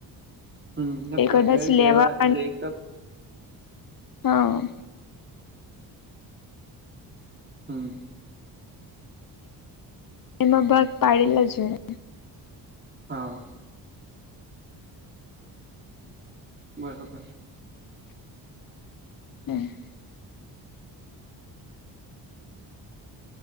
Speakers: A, on the right; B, on the left.
A: હમ
B: એ
A: પ્રાઈમરી
B: કદાચ
A: બે
B: લેવા
A: એટલે
B: અને
A: એક
B: હા
A: હું
B: એમાં ભાગ પાડેલા જ હોય
A: હા બરોબર છે
B: <inaudible>